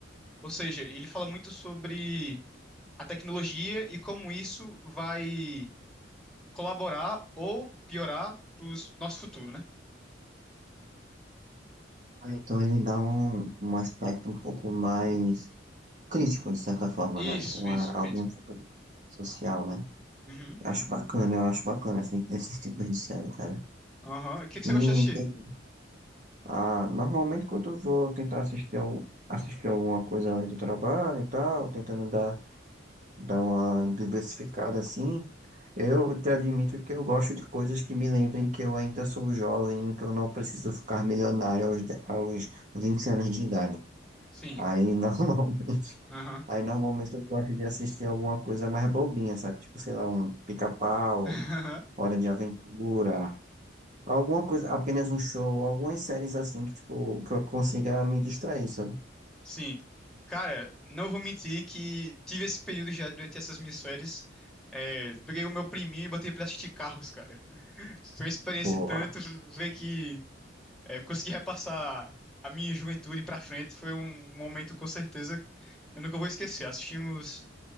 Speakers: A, in the centre; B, on the right.
A: Ou seja, ele fala muito sobre a tecnologia e como isso vai colaborar ou piorar para o nosso futuro, né?
B: Ah, então ele dá um, um aspecto um pouco mais crítico, de certa forma,
A: Isso,
B: né? Uma,
A: isso,
B: algum
A: crítico.
B: tipo de social, né?
A: Uhum.
B: Acho bacana, eu acho bacana assim, esses tipos de série, cara.
A: Aham. O que que
B: E
A: você gosta de assistir?
B: Ah, normalmente quando eu vou tentar assistir, ao, assistir alguma coisa além do trabalho e tal, tentando dar, dar uma diversificada assim, eu te admito que eu gosto de coisas que me lembrem que eu ainda sou jovem, que eu não preciso ficar milionário aos, de- aos 20 anos de idade.
A: Sim.
B: Aí <laughs> normalmente,
A: Aham.
B: aí normalmente eu gosto de assistir alguma coisa mais bobinha, sabe? Tipo, sei lá, um pica-pau,
A: <laughs>
B: Hora de Aventura, Alguma coisa, apenas um show, algumas séries assim que, tipo, que eu consiga me distrair, sabe
A: Sim. Cara, não vou mentir que tive esse período já durante essas minhas férias. É, peguei o meu priminho e botei pra assistir carros, cara. Foi uma experiência
B: Boa.
A: e tanto ver que é, eu consegui repassar a minha juventude pra frente. Foi um momento com certeza que eu nunca vou esquecer. Assistimos